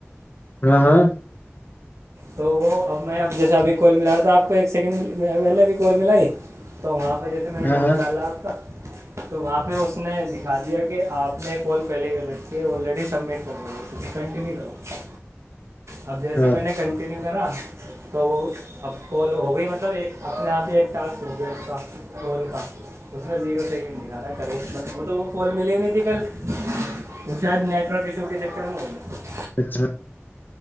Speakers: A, on the left; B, on the right.
A: ہاں ہاں
B: تو وہ اب میں اب جیسا ابھی کال ملا رہا تھا آ کو ایک سیکنڈ پہلےب کال ملاائی تو وہاں جیس سے میں نے
A: ہاں
B: نمبر
A: ہاں
B: ڈالا آپ کا تو وہاں پہ اس نے دکھا دیا کہ آپ نے کال پہلے کر رکھیے آلریڈی سبمٹ کر دوں گا اسے کنٹینیو کرو اب جیسے
A: ہاں
B: میں نے کن غیرا تو وہ اب کو ہو گئی مطلب ایک اپنے آپ ہی ایک طرف کا فون کا اس میں زیرو سیکنڈ دکھا رہا ہے کرے مطب وہ تو وہ کال ملی ہی نہیں تھی کل وہ شاید نیٹ ورک ایشو کی در نہیں
A: کچ